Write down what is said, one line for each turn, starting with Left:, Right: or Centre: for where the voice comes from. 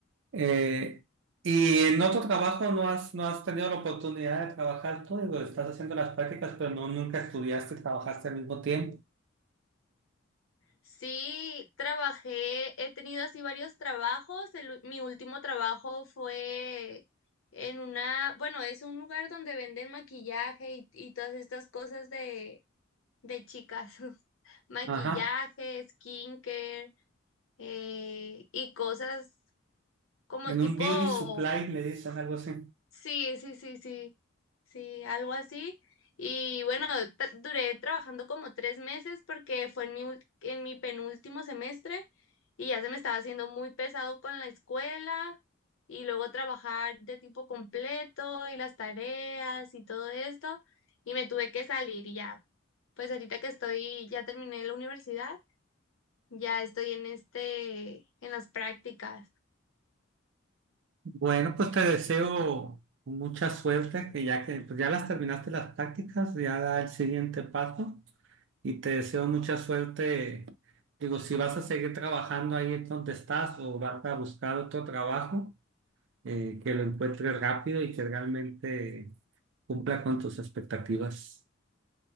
Right: Eh, ¿y en otro trabajo no has, no has tenido la oportunidad de trabajar tú? Digo, estás haciendo las prácticas, pero no, nunca estudiaste, y trabajaste al mismo tiempo.
Left: Sí, trabajé, he tenido así varios trabajos. el u- mi último trabajo fue en una, bueno, es un lugar donde venden maquillaje y, y todas estas cosas de, de chicas. <laughs> Maquillaje,
Right: Ajá.
Left: skincare. eh, y cosas como
Right: En
Left: tipo,
Right: un beauty supply le dicen algo así.
Left: sí, sí, sí, sí, sí, algo así. Y bueno, ta- duré trabajando como tres meses porque fue en mi, ul- en mi penúltimo semestre y ya se me estaba haciendo muy pesado con la escuela y luego trabajar de tipo completo y las tareas y todo esto y me tuve que salir y ya. Pues ahorita que estoy, ya terminé la universidad, ya estoy en este, en las prácticas.
Right: Bueno, pues te deseo mucha suerte, que ya que pues ya las terminaste las prácticas, ya da el siguiente paso y te deseo mucha suerte. Digo, si vas a seguir trabajando ahí donde estás o vas a buscar otro trabajo, eh, que lo encuentres rápido y que realmente cumpla con tus expectativas.